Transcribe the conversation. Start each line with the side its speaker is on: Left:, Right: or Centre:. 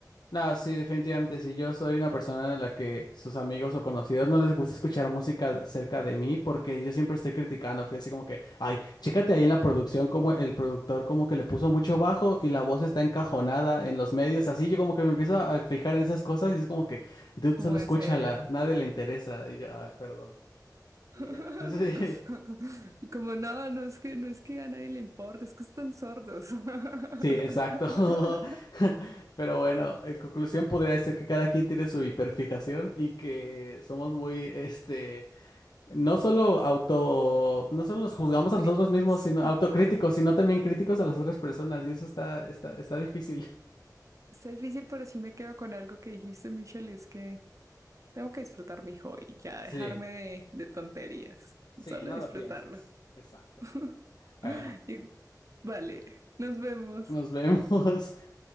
Left: No, sí, definitivamente si Yo soy una persona en la que sus amigos o conocidos no les gusta escuchar música cerca de mí porque yo siempre estoy criticando, así así como que, ay, chécate ahí en la producción como el productor como que le puso mucho bajo y la voz está encajonada en los medios, así yo como que me empiezo a fijar en esas cosas y es como que, dude,
Right: como
Left: solo escúchala,
Right: de ser.
Left: nadie le interesa y yo, ay, perdón.
Right: <laughs>
Left: Y ya. <laughs> Sí.
Right: Como no, no es que, no es que a nadie le importa, es que están sordos. <laughs>
Left: Sí, exacto. <laughs> Pero bueno, en conclusión podría decir que cada quien tiene su hiperfijación y que somos muy, este No solo auto, no solo nos juzgamos a
Right: Críticos.
Left: nosotros mismos, sino autocríticos, sino también críticos a las otras personas, y eso está, está, está difícil.
Right: Está difícil, pero sí me quedo con algo que dijiste, Michelle, y es que tengo que disfrutar mi hobby, ya
Left: Sí,
Right: dejarme de, de tonterías,
Left: sí,
Right: solo
Left: no
Right: disfrutarlo.
Left: lo pienses. Exacto.
Right: <laughs>
Left: Bueno,
Right: Y vale, nos vemos.
Left: nos vemos. <laughs>